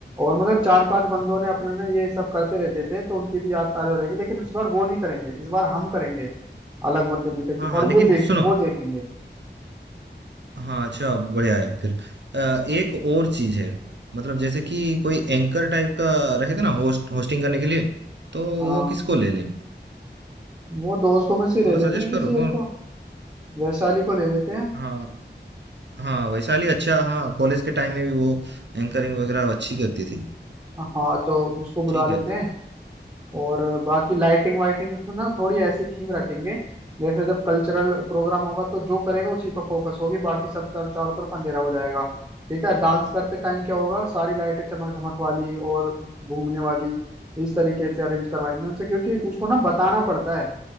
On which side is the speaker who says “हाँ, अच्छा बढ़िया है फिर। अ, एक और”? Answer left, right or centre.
Right